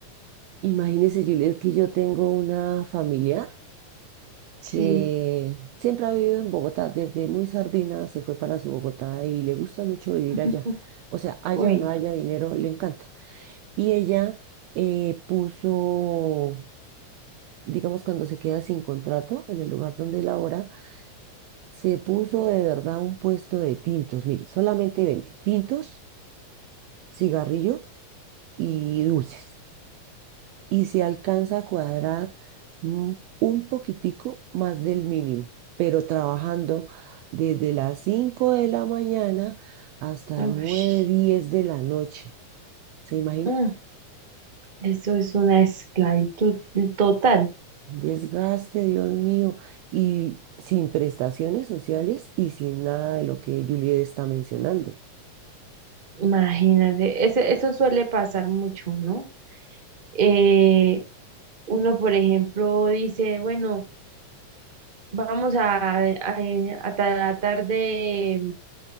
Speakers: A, on the right; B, on the right.
A: Imagínese, Juliet, que yo tengo una familiar
B: Sí.
A: que siempre ha vivido en Bogotá, desde muy sardina se fue para su Bogotá y le gusta mucho vivir
B: Ujú.
A: allá. O sea, haya
B: Uy,
A: o no
B: no.
A: haya dinero, le encanta. Y ella eh, puso, digamos, cuando se queda sin contrato en el lugar donde labora, se puso de verdad un puesto de tintos. Mire, solamente vende tintos, cigarrillo y dulces. Y se alcanza a cuadrar mm, un poquitico más del mínimo, pero trabajando desde las 5 de la mañana hasta
B: Ush,
A: 9 10 de la noche. ¿Se imagina?
B: mm, eso es una esclavitud total.
A: Desgaste, Dios mío, y sin prestaciones sociales y sin nada de lo que Juliet está mencionando.
B: Imagínate, ese- eso suele pasar mucho, ¿no? Eh, uno, por ejemplo, dice, bueno, vamos a, a, a tratar de,